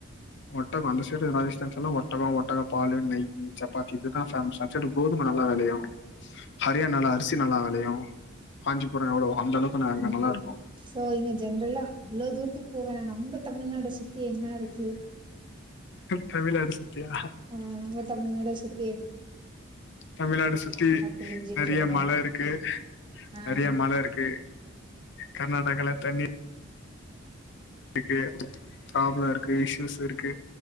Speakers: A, on the left; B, on the right.
A: ஒட்டகம் அந்த சைடு ராஜஸ்தான்ஸ்ல்லா ஒட்டகம் ஒட்டக பாலு நெய் சப்பாத்தி இதுதா ஃபேமஸ் அந்த சைடு கோது ம் நல்லா வெளையும் ஹரியானல அரிசி நல்லா வெளையும் காஞ்சிபுரம் எவ்ளவு அந்தளவுக்கு நா நல்லா இருக்கும்
B: சோ இங்க ஜென்ரலா அவ்ளோ தூரத்துக்கு போகவேனா நம்ம தமிழ்நாட சுத்தி என்ன இருக்கு
A: தமிழ்நாட சுத்தியா
B: ஆ நம்ம தமிழ்நாட சுத்தி என்
A: தமிழ்நாட சுத்தி
B: தெரிஞ்சுட்டு
A: நெறைய
B: இருக்கோம்.
A: மல இருக்கு
B: ஆ.
A: நெறைய மல இருக்கு கர்நாடகால தண்ணி இருக்கு பராப்ளோ இருக்கு இஷுயூஸ் இருக்கு